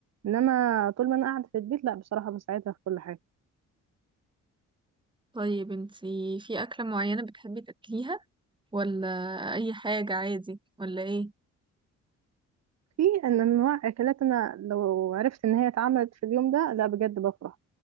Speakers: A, on the right; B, on the right.
A: انما طول ما انا قاعده في البيت لا بصراحه بساعدها في كل حاجه
B: طيب انتي في أكلة معينة بتحبي تاكليها؟ ولا أي حاجة عادي؟ ولا ايه؟
A: في ان انواع اكلات انا لو عرفت ان هي اتعملت في اليوم ده لا بجد بفرح